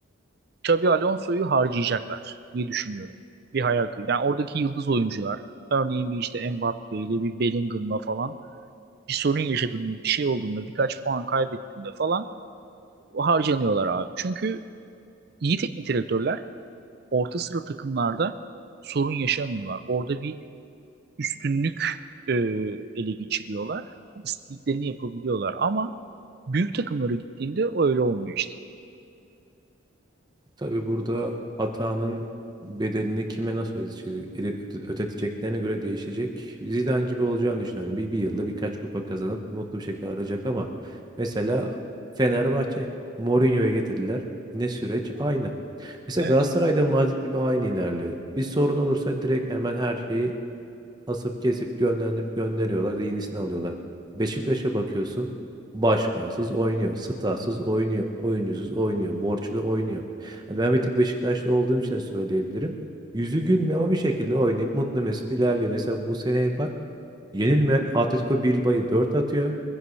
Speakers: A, on the right (about 50°); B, on the right (about 20°).
A: Xabi Alonso'yu harcayacaklar diye düşünüyorum. Bir hayal kırıklığı. Yani oradaki yıldız oyuncular örneğin bir işte Mbappe ile bir Bellingham'la falan bir sorun yaşadığında bir şey olduğunda birkaç puan kaybettiğinde falan harcanıyorlar abi. Çünkü iyi teknik direktörler orta sıra takımlarda sorun yaşamıyorlar. Orada bir üstünlük e, ele geçiriyorlar. İstediklerini yapabiliyorlar ama büyük takımlara gittiğinde öyle olmuyor işte.
B: Tabii burada hatanın bedelini kime nasıl ödeyecek, öde- ödeteceklerine göre değişecek. Zidane gibi olacağını düşünüyorum. Bir, bir yılda birkaç kupa kazanıp mutlu bir şekilde ayrılacak ama mesela Fenerbahçe Mourinho'ya getirdiler. Ne süreç? Aynı. Mesela
A: Evet.
B: Galatasaray'da Mazik gibi aynı ilerliyor. Bir sorun olursa direkt hemen her şeyi asıp kesip gönderip gönderiyorlar da yenisini alıyorlar. Beşiktaş'a bakıyorsun başkansız oynuyor, statsız oynuyor, oyuncusuz oynuyor, borçlu oynuyor. Yani ben bir tık Beşiktaşlı olduğum için de söyleyebilirim. Yüzü gülmüyor ama bir şekilde oynayıp mutlu mesut ilerliyor. Mesela bu seneye bak yenilmeyen Atletico Bilbao'yu 4 atıyor.